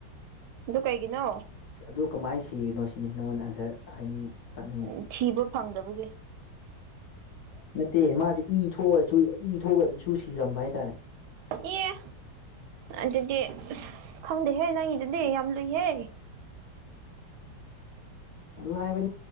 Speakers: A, on the right; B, on the left.
A: ꯗꯨ ꯀꯥꯏꯒꯤꯅꯣ
B: ꯑꯗꯨ ꯀꯃꯥꯏꯅ ꯁꯤꯅꯣ ꯁꯤꯅꯤ ꯅꯪꯉꯣꯟꯗ ꯑꯟꯁꯔ ꯍꯥꯏꯅꯤꯡꯉꯤ ꯇꯥꯛꯅꯤꯡꯉꯤꯁꯦ
A: ꯎ ꯊꯤꯕ ꯐꯪꯗꯕꯒꯤ
B: ꯅꯠꯇꯦ ꯃꯥꯁꯦ ꯏ ꯊꯣꯛꯑ ꯏ ꯊꯣꯛꯑꯁꯨ ꯁꯤꯔꯝꯕ ꯍꯥꯏꯇꯥꯔꯦ
A: ꯑꯦ ꯑꯗꯨꯗꯤ ꯑꯁ ꯈꯪꯗꯦꯍꯦ ꯅꯪꯏꯤꯗꯨꯗꯤ ꯌꯥꯝ ꯂꯨꯏꯍꯦ
B: ꯂꯥꯏꯕ